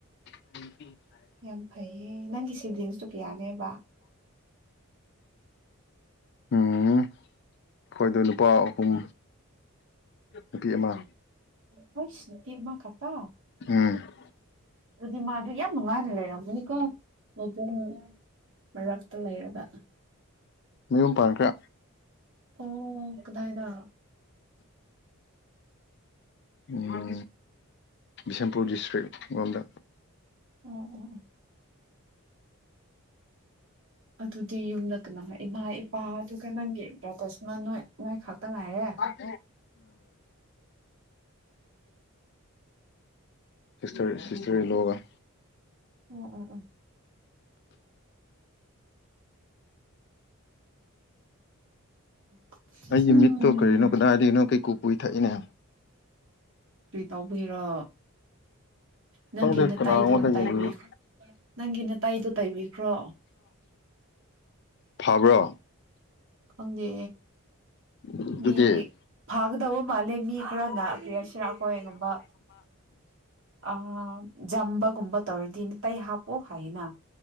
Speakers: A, on the left; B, on the right.
A: <unintelligible>
B: ꯌꯥꯝ ꯐꯩꯌꯦ ꯅꯪꯒꯤ ꯁꯤꯕ꯭ꯂꯤꯡꯁꯇꯨ ꯀꯌꯥꯅꯦꯕ
A: ꯎꯝ ꯑꯩꯈꯣꯏꯗꯣ ꯅꯨꯄꯥ ꯑꯍꯨꯝ ꯅꯨꯄꯤ ꯑꯃ
B: ꯍꯥꯏꯁ ꯅꯨꯄꯤ ꯑꯃꯥ ꯈꯛꯇ
A: ꯎꯝ
B: ꯑꯗꯨꯗꯤ ꯃꯥꯗꯨ ꯌꯥꯝ ꯅꯨꯡꯉꯥꯏꯅ ꯂꯩꯔꯝ ꯅꯤꯀꯣ ꯃꯕꯨꯡ ꯃꯔꯛꯇ ꯂꯩꯔꯒ
A: ꯃꯌꯨꯝ ꯄꯥꯟꯈ꯭ꯔꯦ
B: ꯑꯣ ꯀꯗꯥꯏꯗ
A: ꯎꯝ ꯕꯤꯁꯦꯟꯄꯨꯔ ꯗꯤꯁꯇ꯭ꯔꯤꯛ ꯔꯣꯝꯗ
B: ꯑꯣ ꯑꯣ ꯑꯗꯨꯗꯤ ꯌꯨꯝꯗ ꯀꯅꯥ ꯏꯃꯥ ꯏꯄꯥꯗꯨ ꯑꯗꯨꯒ ꯅꯪꯒꯤ ꯕ꯭ꯔꯥꯗꯔꯁ ꯅꯣꯏ ꯅꯣꯏ ꯈꯛꯇ ꯉꯥꯏꯔꯦ
A: ꯎꯝ ꯁꯤꯁꯇ꯭ꯔ
B: ꯌꯥꯝ
A: ꯁꯤꯁꯇ꯭ꯔ ꯏꯟꯂꯣꯒꯥ
B: ꯎꯝ ꯎꯝ ꯎꯝ <inaudible>
A: ꯑꯩꯒꯤ
B: ꯎꯝ
A: ꯃꯤꯠꯇꯣ ꯀꯔꯤꯅꯣ ꯀꯗꯥꯏꯗꯒꯤꯅꯣ ꯀꯩꯀꯨ ꯀꯨꯏ ꯊꯛꯏꯅꯦ
B: ꯀꯔꯤ ꯇꯧꯕꯒꯤꯔꯣ ꯅꯪꯒꯤ
A: ꯈꯪꯗꯦ
B: ꯅꯇꯩꯗꯣ
A: ꯀꯅꯥꯉꯣꯟꯗ
B: ꯇꯥꯏꯕꯤꯈ꯭ꯔꯣ
A: ꯌꯦꯡꯕꯤꯌꯨ
B: ꯅꯪꯒꯤ ꯅꯇꯩꯗꯣ ꯇꯩꯕꯤꯈ꯭ꯔꯣ
A: ꯐꯕ꯭ꯔꯣ
B: ꯈꯪꯗꯦ
A: ꯑꯗꯨꯗꯤ
B: ꯃꯤꯗꯤ ꯐꯥꯒꯗꯕ ꯃꯥꯜꯂꯦ ꯃꯤ ꯈꯔꯅꯥ ꯑꯩꯀꯣꯏꯒꯨꯝꯕ ꯑꯥ ꯖꯝꯕꯒꯨꯝꯕ ꯇꯧꯔꯗꯤ ꯃꯥꯇꯩ ꯍꯥꯞꯄꯣ ꯍꯥꯏꯌꯦꯅ